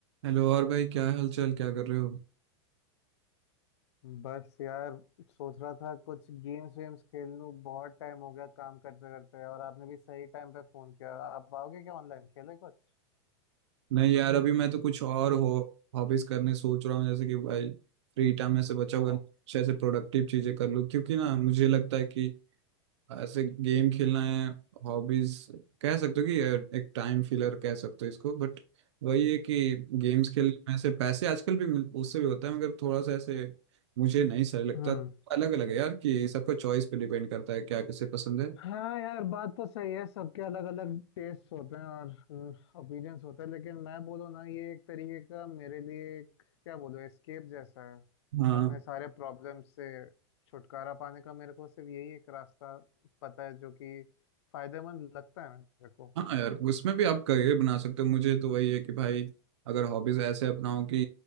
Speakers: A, on the right; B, on the left.
A: Hello और भाई क्या हाल चाल क्या कर रहे हो
B: बस यार सोच रहा था कुछ गेम्स वेम्स खेल लूं बहुत टाइम हो गया काम करते करते और आपने भी सही टाइम पे फोन किया आप आओगे क्या ऑनलाइन खेले कुछ
A: नहीं यार अभी मैं तो कुछ और हो हॉबीज करने सोच रहा हूँ जैसे कि भाई फ्री टाइम में से बचा हुआ
B: ओहो
A: अच्छे से प्रोडक्टिव चीजें कर लूँ क्योंकि ना मुझे लगता है कि ऐसे गेम खेलना है हॉबीज कह सकते हो कि ये एक टाइम फिलर कह सकते हो इसको बट वही है कि गेम्स खेलने में से पैसे आजकल भी मिल- उससे भी होता है मगर थोड़ा सा ऐसे मुझे नहीं सही लगता
B: हम्म
A: अलग अलग है यार कि सबका चॉइस पे डिपेंड करता है क्या किसे पसंद है
B: हाँ यार बात तो सही है सबके अलग अलग टेस्ट होते हैं और ओपिनियंस होते हैं लेकिन मैं बोलूँ ना ये एक तरीके का मेरे लिए एक, क्या बोलूँ एस्केप जैसा है
A: हाँ
B: अपने सारे प्रॉब्लम से छुटकारा पाने का मेरे को सिर्फ यही एक रास्ता पता है जो कि फायदेमंद लगता है मेरे को
A: हाँ यार उसमें भी आप करियर बना सकते हो मुझे तो वही है कि भाई अगर हॉबीज ऐसे अपनाओ कि